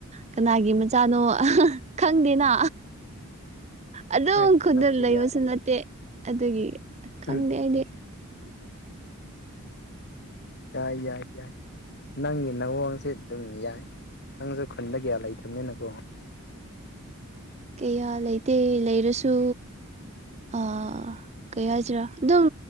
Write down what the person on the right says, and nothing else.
ꯀꯅꯥꯒꯤ ꯃꯆꯥꯅꯣ ꯑꯍꯥ ꯑꯍꯥ ꯈꯪꯗꯦꯅ꯫ ꯑꯗꯨꯝ
ꯈꯨꯜꯗ
ꯂꯩꯕꯁꯨ
ꯅꯠꯇꯦ ꯑꯗꯨꯒꯤ ꯈꯪꯗꯦ
ꯑꯩꯗꯤ꯫
ꯀꯌꯥ ꯂꯩꯇꯦ ꯂꯩꯔꯁꯨ ꯑꯥ ꯀꯩ ꯍꯥꯏꯁꯤꯔꯥ ꯑꯗꯨꯝ